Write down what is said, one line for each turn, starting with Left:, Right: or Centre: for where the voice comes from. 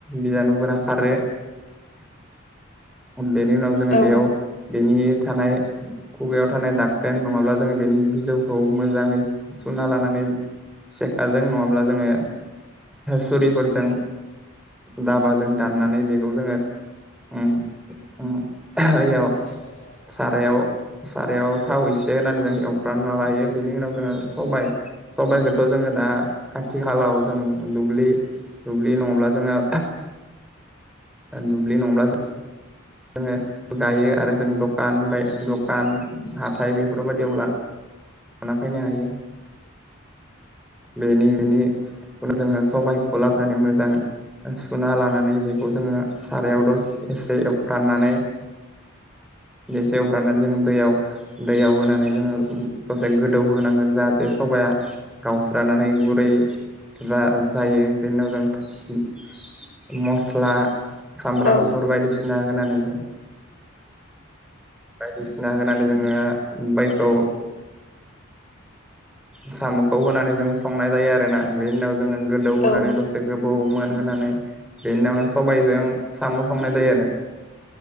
Centre: बिजानुफोरा खारो। बेनि उनाव जोङो
Left: औ
Centre: बेयाव बेनि थानाय। खुगायाव थानाय दाखोन नङाब्ला जोङो बेनि बिजौखौ मोजाङै सुना लानानै। सेखाजों नङाब्ला जोङो सुरिफोरजों। दाबाजों दाननानै बेखौ जोङो। ओम उम याव
Left: <inaudible>
Centre: सारायाव सारायाव थाव एसे होनानै जों एवफ्रनानै लायो बेनि उनाव जोङो सबायाइ सबायाइखौथ' जोङो दा आथिखालाव जों दुब्लि दुब्लि नङाब्ला जोङो दुब्लि नङाब्ला ज जोङो गायो आरो जों दखान बाय दखान हाथाइ बेफोरबायदि अब्ला लाना फैनो हायो। बेनि बेनि उनाव जोङो सबायखौ लाबोनानै मोजाङै सुना लानानै बेखौ जोङो सारायाव दस एसे एवफ्राननानै एवफ्रनानै जों दैयाव दैयाव होनानै जोङो। दसे गोदौहांगोन जाहाथे सबाया गावस्रानानै गुरै जा जायो बेनि उनाव जों मस्ला सामब्राम
Left: औ
Centre: गुफुर बायदिसिना होनानैबो बायदिसिना होनानै जोङो बायखौ साम'खौ होनानै जोङो संनाय जायो आरोना बेनि उनाव जोङो गोदौहोनानै
Left: औ
Centre: दसे गोबाव मोनहोनानै बेनिनावनो सबायजों साम' संनाय जायो आरो